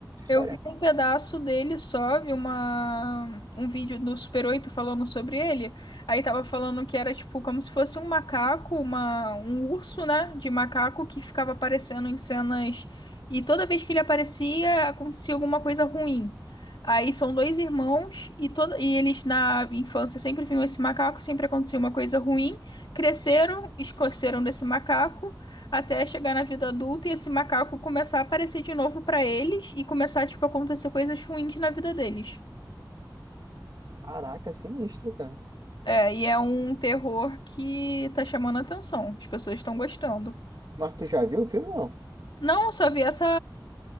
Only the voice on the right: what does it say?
História?
Caraca, sinistro, cara.
Mas tu já viu o filme, ou não?